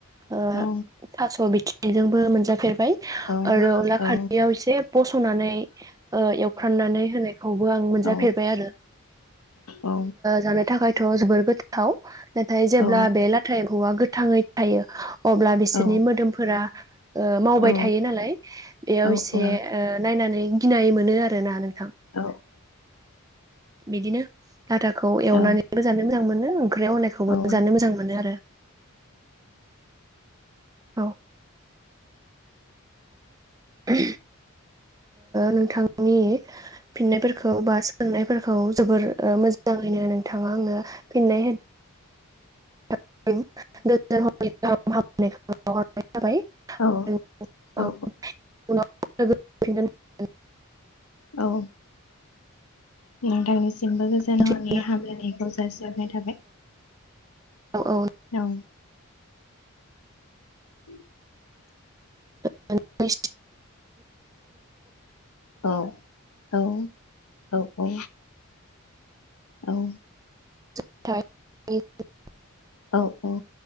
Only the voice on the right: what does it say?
ओ
थास' बिथ बेजों। बो मोनाजाफेरबाय
आरो अनला
खारैआव एसे बसनानै ओ एवफ्रानानै होनायखौबो आं मोनजाफेरबाय
आरो।
जानो थाखायथ' जोबोर। गोथाव। नाथाय जेब्ला
बे लाथा एफौआ गोथाङै। थायो। अब्ला बिसोरनि
मोदोमफोरा मावबाय
थायो नालाय बेयाव
एसे
नायनानै गिनाय मोनो आरोना नोंथां।
बिदिनो। खुथाखौ एवनानैबो
जानो मोजां मोनो। ओंख्रियाव होनायखौबो
जानो मोजां मोनो आरो। औ। ओ नोंथांनि। फिननायफोरखौ बा सोंनाय। खौ जोबोर मोजाङैनो नों। थाङा आंनो फिननाय होन <inaudible> थाबाय
<unintelligible>
<unintelligible>
औ
औ औ
नोंथांनि
<unintelligible>